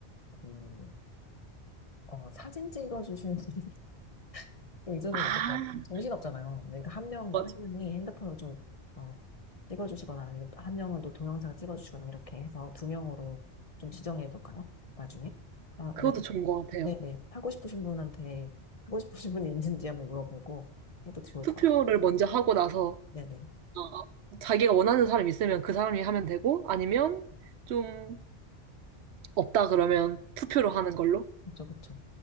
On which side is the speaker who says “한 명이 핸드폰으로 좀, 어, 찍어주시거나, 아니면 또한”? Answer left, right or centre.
Left